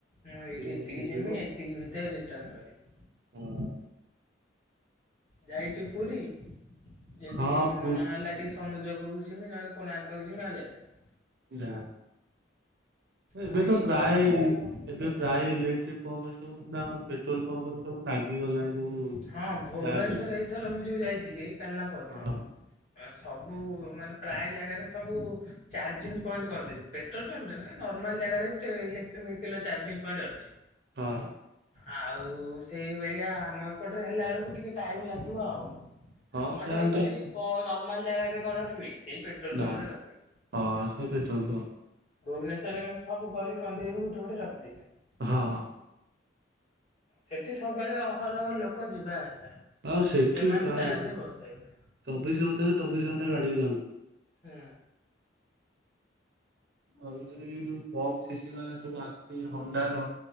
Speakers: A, on the left; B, on the right.
A: ମୁଁ ଏଇଠି ଏତିକି
B: ବାଟ
A: ଯିମି
B: ଯିବ।
A: ଏତିକି ଭିତରେ ରିଟର୍ଣ କରିବି।
B: ହଁ ହଁ
A: ଯାଇଚୁ ପୁରୀ ଯଦି
B: ହଁ
A: ସେଇଠି ମନ
B: ପୁ
A: ହେଲା ଟିକେ ସମୁଦ୍ରକୁ ଯମି ନହେଲେ କୋଣାର୍କକୁ ଯମି ଆଉ ଯାଇପାରିବ-
B: ଯା ଏବେ
A: ଆ
B: ତ
A: ଏଇ
B: ପ୍ରାୟ
A: ଅସୁବିଧା ଆଉ।
B: ଏବେ ପ୍ରାୟ ଇଲେକ୍ଟ୍ରିକ ପମ୍ପ ରେ ସବୁ ଆମର ପେଟ୍ରୋଲ ପମ୍ପରେ ସବୁ ଲାଗିଗଲାଣି ସବୁ
A: ହଁ ଭୁବେନଶ୍ଵର
B: ଚାର୍ଜ
A: ଏଇଥର ମୁଁ ଯୋଉ ଯାଇଥିଲି କାଲିନା ପର ଦିନ
B: ହଁ
A: ସବୁ ମାନେ ପ୍ରାୟ ଜାଗାରେ ସବୁ ଚାର୍ଜିଂ ପଏଣ୍ଟ କରିଦେଇଛନ୍ତି ପେଟ୍ରୋଲ ପମ୍ପ ରେ ନର୍ମାଲ୍ ଜାଗାରେ ବି ସେ ଇଲେକ୍ଟ୍ରିକ ଭେଇକିଲ୍ ଚଜିଂ ପଏଣ୍ଟ ଅଛି।
B: ହଁ
A: ଆଉ ସେଇ ବେଳିଆ ଆମ ଏପଟରେ ହେଲା ବେଳକୁ ଟିକେ ଟାଇମ ଲାଗିବ ଆଉ।
B: ହଁ
A: ଆମଟେ
B: ଯାହାହେଲେ
A: ହେଇ ପିଲେବି
B: ଟିକେ
A: ପ ନର୍ମାଲ ଜାଗାରେ କଣ ରଖିବି ସେଇ ପେଟ୍ରୋଲ
B: ନା
A: ପମ୍ପ ରେ ରଖିବି
B: ହଁ ସେ ପେଟ୍ରୋଲ ପମ୍ପ
A: ଭୁବନେଶ୍ୱରରେ କିନ୍ତୁ ସବୁ ଗଳି କନ୍ଦିରେ ବି ଗୋଟେ ଗୋଟେ ରଖିଦେଇଛନ୍ତି।
B: ହଁ
A: ସେଠି ସବୁବେଳେ ଅହରହ ଲୋକ ଯିବା ଆସା।
B: ଆଉ ସେଠି
A: ସେମାନେ
B: ପ୍ରାୟ
A: ଚାର୍ଜ
B: ଚବିଶି
A: ବସେଇବେ।
B: ଘଣ୍ଟାାରୁ ଚବିଶି ଘଣ୍ଟା ଗାଡିକୁ ଯାଉ
A: ହଁ
B: ଆଉ ଯ ଏଇଯୋଉ କମ୍ ଶିଶି ଗଲା ସବୁ ଆସ ହଣ୍ଡାର